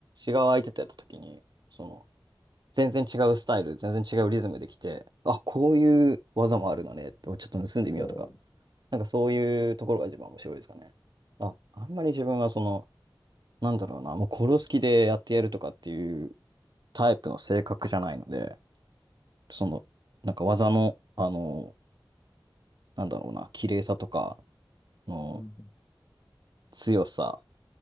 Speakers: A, on the right; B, on the left.
A: 違う相手とやった時に、その、全然違うスタイル、全然違うリズムできて、あ、こういう技もあるのね、ちょっと盗んでみようとか、
B: えー。
A: なんかそういうところが一番面白いですかね。あ、あんまり自分はその、なんだろうな、もう殺す気でやってやるとかっていうタイプの性格じゃないので、その、なんか技の、あの、なんだろうな、綺麗さとかの
B: うん
A: 強さ、